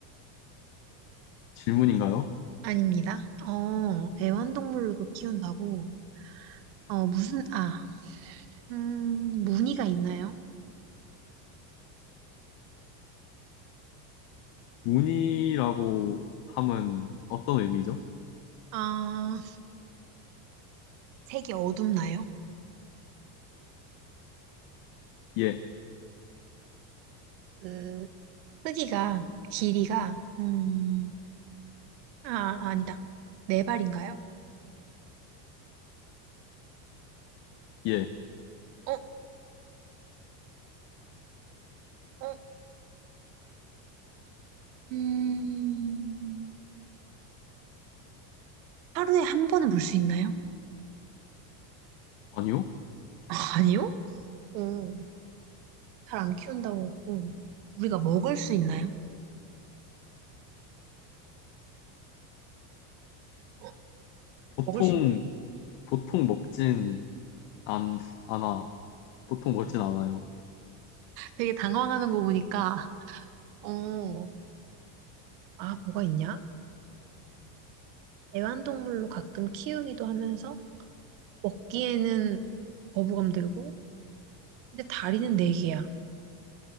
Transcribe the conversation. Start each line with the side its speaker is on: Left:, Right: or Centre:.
Left: 질문인가요?
Right: 아닙니다. 어, 애완동물로도 키운다고? 어, 무슨, 아, 음, 무늬가 있나요?
Left: 문이라고 함은 어떤 의미죠?
Right: 아, 색이 어둡나요?
Left: 예,
Right: 그, 크기가, 길이가, 음, 아, 아니다. 네 발인가요?
Left: 예.
Right: 어, 어, 음, 하루에 한 번은 볼 수 있나요?
Left: 아니요?
Right: 아, 아니요? 오. 잘 안 키운다고 했고, 우리가 먹을 수 있나요? 어,
Left: 보통
Right: 먹을 수 있나요?
Left: 보통 먹진 안, 않아. 보통 먹진 않아요.
Right: 되게 당황하는 거 보니까, 어, 아, 뭐가 있냐? 애완동물로 가끔 키우기도 하면서, 먹기에는 거부감 들고, 근데 다리는 네 개야,